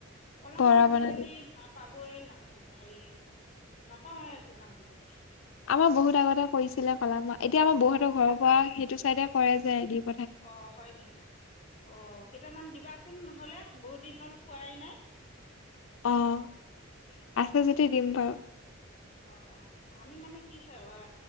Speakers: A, on the left (about 30°); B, on the left (about 75°).
A: কলা
B: বৰা
A: মাহ আজিকালি
B: বনাই
A: পাবই ন হেৰি। নাপাওঁৱেচোন আজিকালি
B: আমাৰ বহুত আগতে কৰিছিলে। পাল। এতিয়া আমাৰ বৌহতঁ‌ৰ পৰা সেইটো। কৰাই যায় দিপ।
A: অ' হয় নেকি? অ' কেইটামান দিবাচোন নহয়। হ'লে বহুত দিন হ'ল খোৱাই নাই।
B: অ', আছে যদি দিম বাৰু।
A: অ', অ' আমি মানে কি হয়ে,